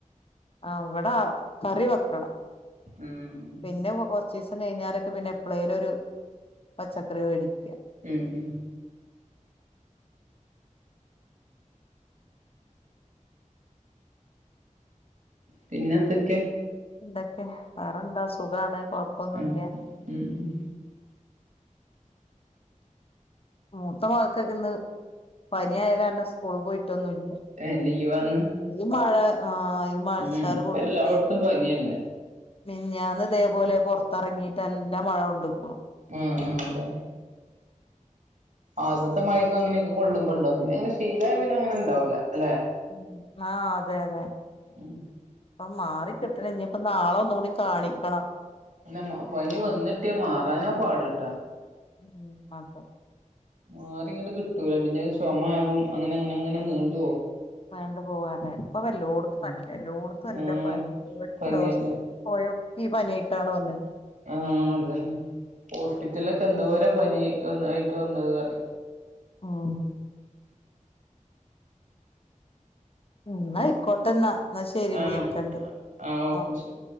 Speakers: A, on the left; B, on the right.
A: ആഹ് വടെ കറിവെക്കണം.
B: ഉം ഉം
A: പിന്നെ കൊ കൊർച്ചീസം കഴിഞ്ഞാലൊക്കെ പിന്നെ എപ്പളേലൊരു പച്ചക്കറി വേടിക്കാ.
B: ഉം ഉം. പിന്നന്തൊക്കാ?
A: <inaudible> വേറെന്താ സുഖാണ് കൊഴപ്പൊന്നുല്ല
B: ഉം ഉം ഉം
A: മൂത്ത മകക്കക്ക്ന്ന് പനിയായ കാരണം സ്കൂൾ പോയിട്ടൊന്നുല്ല
B: ഏഹ് ലീവാന്ന്?
A: ഈ മഴ ആഹ് ഈ മഴച്ചാറ്
B: ഉം ഇപ്പൊ
A: കൊണ്ട്ട്ടേ
B: എല്ലായിടത്തും പനിയന്നെ
A: മിഞ്ഞാന്ന് തേപോലെ പൊർത്തെറങ്ങീട്ടല്ല മഴൊ ണ്ടുക്കുണു.
B: ഏഹ് ഏഹ് അതെ ആദ്യത്തെ മഴക്ക് അങ്ങനെയൊക്കെ കൊള്ളുമ്പെണ്ടാവും പിന്നെ അങ്ങനെ ശീലായ പിന്നെ ങ്ങനെ ണ്ടാവൂല അല്ലെ?
A: ഉം ആഹ് അതെ അതെ
B: ഉം
A: പ്പം മാറി കിട്ടണെ ഞ്ഞിപ്പം നാളൊ ന്നൂ ടീം കാണിക്കണം.
B: പിന്ന മ പനി വന്നിട്ട്യ മാറാനാ പാട് ട്ടോ.
A: ഉം അതെ.
B: മാറിങ്ങട്ട് കിട്ടൂല പിന്നഅ് ചൊമ ആകും അങ്ങനെ ങ്ങനെ ങ്ങനെ നീണ്ടുപോവും.
A: നീണ്ട് പോവാണ് പ്പൊ വല്ലോടത്തും നല്ല എല്ലോടത്തും നല്ല
B: ആഹ്
A: <unintelligible>
B: പനിയല്ലേ
A: പോയൊ ക്കി പനിയായിട്ടാണ് വന്നേക്ക്
B: ആഹ് അതെന്നെ ഹോസ്പിറ്റല്ലൊക്കെന്തോര പനി എന്നു ആയിട്ട് വന്നത് അറി
A: ആണൊ ഉം ന്നായിക്കോട്ടെന്നാ ന്നാ ശരി
B: ആഹ്
A: വിളിക്കണ്ട്
B: ആഹ് ഓക്കെ
A: ഓകെ.
B: ശരി